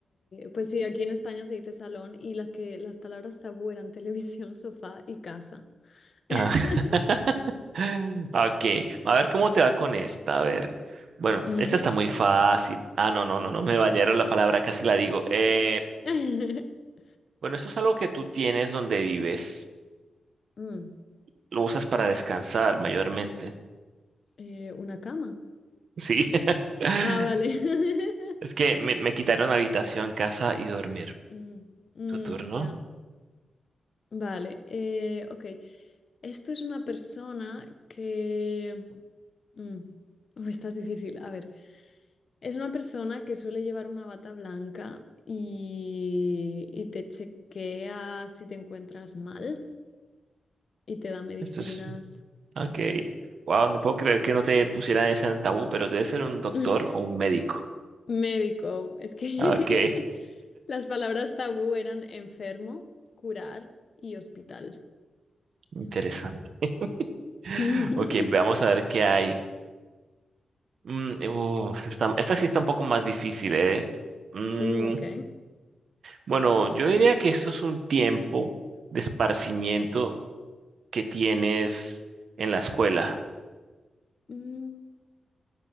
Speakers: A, on the left; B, on the right.
A: Pues sí, aquí en España se dice salón y las que las palabras tabú eran televisión, <laughs> sofá y casa. <laughs>
B: Ah, <laughs> ok. A ver cómo te va con esta. A ver. Bueno,
A: Ujú.
B: esta está muy fácil. Ah, no, no, no, no me bañaron la palabra, casi la digo. Eh,
A: <laughs>
B: bueno, esto es algo que tú tienes donde vives.
A: Mm,
B: Lo usas para descansar mayormente.
A: eh, una cama.
B: Sí. <laughs>
A: Ah, vale.
B: Es que
A: <laughs>
B: me, me quitaron habitación, casa y dormir.
A: Mm, mm,
B: Tu turno.
A: ya. Vale, eh, ok. Esto es una persona que... mm, <laughs> uy, esta es difícil. A ver, es una persona que suele llevar una bata blanca y, y te chequea si te encuentras mal y te da medicinas.
B: Esto es. <laughs> Ok. Wow, no puedo creer que no te pusieran esa en tabú, pero debe ser un doctor
A: <laughs>
B: o un médico.
A: Médico, es que
B: Ok.
A: <laughs> las palabras tabú eran enfermo, curar y hospital.
B: Interesante. <laughs>
A: <laughs>
B: Ok, veamos a ver qué hay. Mm, uf, esta, esta sí está un poco más difícil, ¿eh? Mm,
A: Uh, ok.
B: bueno, yo diría que esto es un tiempo de esparcimiento que tienes en la escuela,
A: Mm,